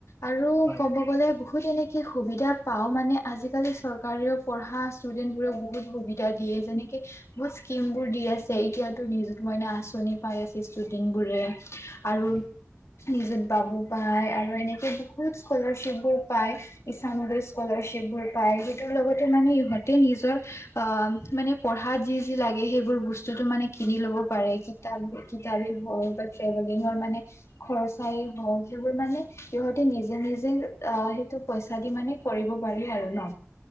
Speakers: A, on the left (about 80°); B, in the centre.
A: আৰু
B: হয় হয়
A: ক'ব গ'লে বহুত এনেকে সুবিধা পাওঁ মানে আজিকালি চৰকাৰেও, পঢ়া ষ্টুডেন্ট বোৰেও বহুত সুবিধা দিয়ে যেনেকে বহুত স্কিম বোৰ দি আছে। এতিয়াতো নিযুত মইনা আঁচনি পাই আছে ষ্টুডেন্ট বোৰে আৰু
B: হয়
A: নিজৰ বাবু পায় আৰু এনেকে বহুত স্কলাৰশ্বিপ বোৰ পায়, ইঈছানুদ স্কলাৰশ্বিপ বোৰ পায়। সিহঁতৰ লগতে মানে ইহঁতে নিজৰ অ' পঢ়া যি যি হেইবোৰ বস্তু মানে কিনি ল'ব পাৰে কিতাপ কিতাপেই হওঁক বা ট্ৰেভেলিঙৰ মানে খৰচাই হওঁক সেইবোৰ মানে সিহঁতে নিজে নিজে আহ সেইটো পইচা দি মানে কৰিব পাৰি আৰু ন!